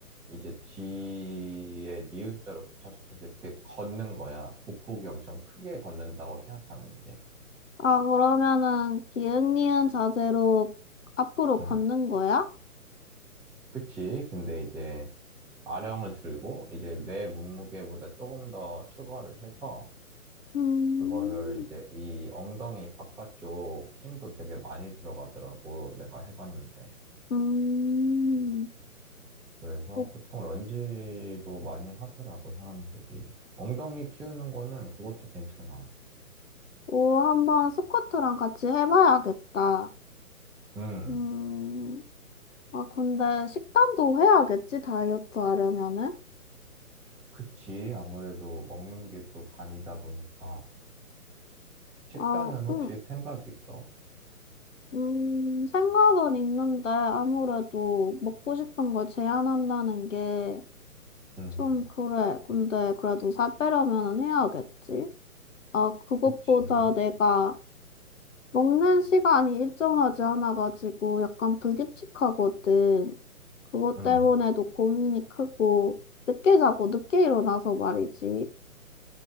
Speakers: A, in the centre; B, on the left.
A: 이제 뒤에 니은자로 부착시켜서 이렇게 걷는 거야. 보폭이 엄청 크게 걷는다고 생각하면 돼.
B: 아, 그러면은 기흥리은 자세로 앞으로 걷는
A: 음.
B: 거야?
A: 그치. 근데 이제 아령을 들고 이제 내 몸무게보다 조금 더 추가를 해서
B: 음,
A: 그거를 이제 이 엉덩이 바깥쪽 힘도 되게 많이 들어가더라고. 내가 해봤는데.
B: 음,
A: 그래서
B: 그렇군.
A: 보통 런지도 많이 하더라고, 사람들이. 엉덩이 키우는 거는 그것도 괜찮아.
B: 오, 한번 스쿼트랑 같이 해봐야겠다.
A: 음,
B: 음. 아, 근데 식단도 해야겠지, 다이어트 하려면은?
A: 그치. 아무래도 먹는 게 또 반이다 보니까. 식단은
B: 아,
A: 혹시
B: 음,
A: 생각 있어?
B: 음, 생각은 있는데 아무래도 먹고 싶은 걸 제한한다는 게
A: 음,
B: 좀 그래. 근데 그래도 살 빼려면은 해야겠지? 아, 그것보다
A: 그치.
B: 내가 먹는 시간이 일정하지 않아가지고 약간 불규칙하거든. 그것
A: 음.
B: 때문에도 고민이 크고 늦게 자고 늦게 일어나서 말이지.